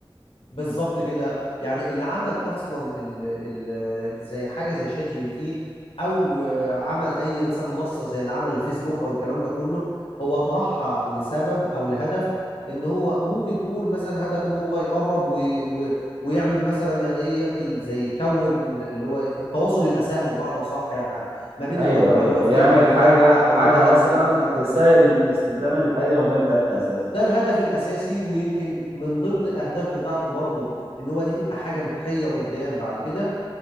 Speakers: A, on the left; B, on the right.
A: بالظبط كده يعني اللي عمل اصلا ال ال زي حاجه زي شات جي بي تي او آه، عمل اي مثلا منصه زي اللي عمل الفيسبوك او الكلام ده كله هو طرحها لسبب او لهدف ان هو ممكن تقول مثلا هدف ان هو يقرب وي وي- ويعمل مثلا يعني ايه يعمل زي يكون اللي هو التواصل يبقى سهل بمعنى صح يعني ما بين
B: ايوه
A: المجموعه
B: ايوه
A: اللي هو
B: يعمل
A: فيها او
B: حاجه
A: الجامعه او
B: حاجه
A: البلد
B: مثلا
A: او الكلام ده
B: تسهل
A: كله
B: استخدام الحياه اليوميه بتاعتنا اساسا
A: ده الهدف الاساسي ويمكن من ضمن الاهداف بتاعته برضه ان هو دي تبقى حاجه ربحيه قدام بعد كده